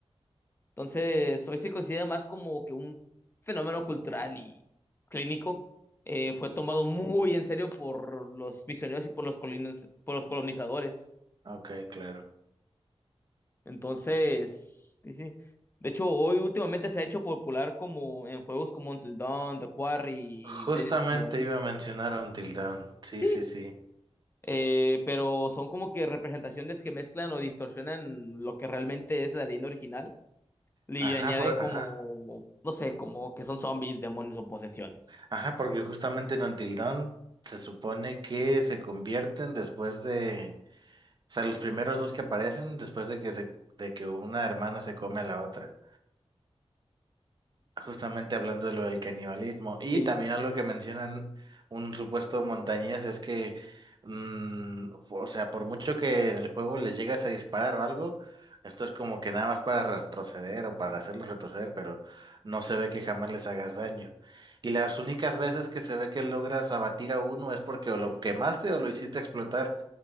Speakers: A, on the left; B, on the right.
A: Entonces, hoy se considera más como que un fenómeno cultural y clínico. Eh, fue tomado muy en serio por los misioneros y por los colonis- por los colonizadores.
B: ok, claro.
A: Entonces, sí, sí. De hecho, hoy últimamente se ha hecho popular como en juegos como Until Dawn, The Quarry, y
B: Justamente
A: series como...
B: iba a mencionar Until Dawn. Sí,
A: Sí,
B: sí, sí.
A: eh, pero son como que representaciones que mezclan o distorsionan lo que realmente es la leyenda original y
B: Ajá,
A: añaden
B: por-
A: como,
B: ajá.
A: no sé, como que son zombies, demonios o posesiones.
B: Ajá, porque justamente en Until Dawn se supone que se convierten después de, o sea, los primeros dos que aparecen después de que se, de que una hermana se come a la otra. Justamente hablando de lo del canibalismo. Y
A: Sí,
B: también algo que mencionan un supuesto montañés es que, mm, o sea, por mucho que en el juego les llegas a disparar o algo, esto es como que nada más para retroceder o para hacerlos retroceder, pero no se ve que jamás les hagas daño. Y las únicas veces que se ve que logras abatir a uno es porque o lo quemaste o lo hiciste explotar.